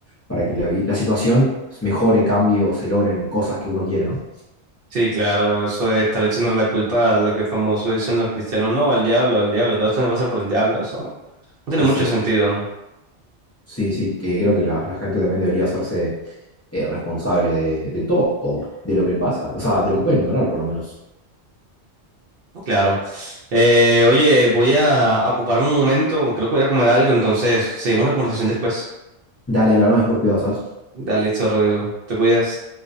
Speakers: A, on the left; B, on the right.
A: para que la, vi- la situación mejore, cambie o se logren cosas que uno quiere, ¿no?
B: Sí, claro, eso de estar echándole la culpa a lo que famoso dicen los cristianos, no, al diablo, al diablo, todo esto me pasa por el diablo, eso no tiene
A: Exacto.
B: mucho sentido.
A: Sí, sí, que creo que la, la gente también debería hacerse eh, responsable de, de todo, de lo que le pasa, o sea, de lo que pueden controlar, por lo menos.
B: Claro. Eh, oye, voy a ocupar un momento, creo que voy a comer algo, entonces seguimos la conversación después.
A: Dale a la y por piadosas
B: Dale, listo, Rodrigo. Te cuidas.